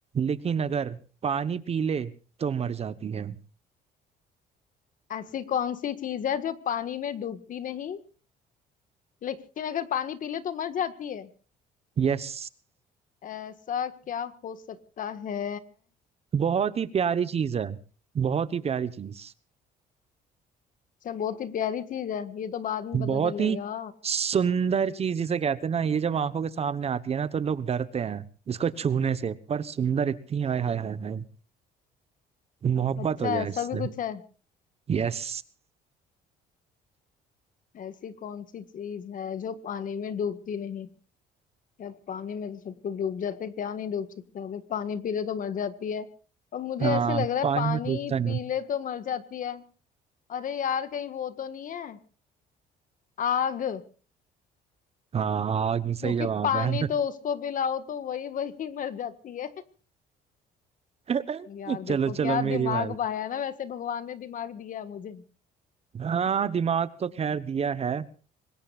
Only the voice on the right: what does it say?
लेकिन अगर पानी पी ले तो मर जाती है
यस
बहुत ही प्यारी चीज है बहुत ही प्यारी चीज
बहुत
ही सुंदर चीज जिसे कहते हैं ना ये जब आंखों के सामने आती है ना तो लोग डरते हैं इसको छूने से पर सुंदर इतनी हाय हाय हाय हाय मोहब्बत
हो जाए
इससे
यस
हाँ
पानी
में डूबता नहीं
हाँ आग सही
जवाब
है
<laughs>
चलो
चलो
मेरी बारी
हाँ दिमाग तो खैर दिया है